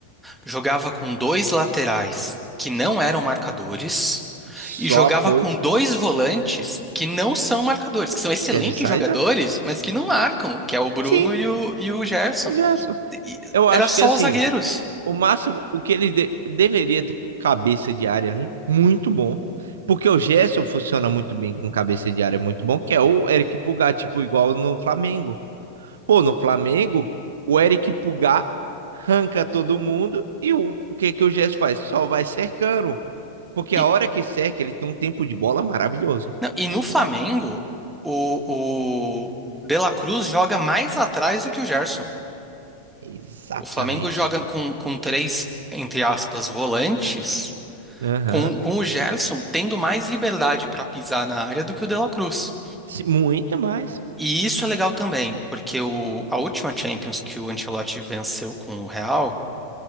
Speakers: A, in the centre; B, on the right (about 60°).
A: jogava com dois laterais que não eram marcadores
B: Só
A: e jogava
B: apoio.
A: com dois volantes que não são marcadores, que são excelentes
B: Quer de saída?
A: jogadores, mas que não marcam, que é o Bruno
B: Sim,
A: e o, e o Gerson.
B: Gerson.
A: E-
B: Eu
A: era
B: acho
A: só
B: que assim,
A: os zagueiros.
B: o máximo, o que ele de- deveria ter cabeça de área ali, muito bom. Porque o Gerson funciona muito bem com cabeça de área, muito bom, que é o Eric Pulgar, tipo, igual no Flamengo. Pô, no Flamengo, o Eric Pulgar arranca todo mundo e o, o que que o Gerson faz? Só vai cercando. Porque
A: E,
B: a hora que cerca, ele tem um tempo de bola maravilhoso.
A: não, e no Flamengo, o, o De La Cruz joga mais atrás do que o Gerson.
B: Exatamente.
A: O Flamengo joga com, com três, entre aspas, volantes.
B: Aham.
A: Com, com o Gerson tendo mais liberdade para pisar na área do que o De La Cruz.
B: Se- Muito mais.
A: E isso é legal também, porque o, a última Champions que o Ancelotti venceu com o Real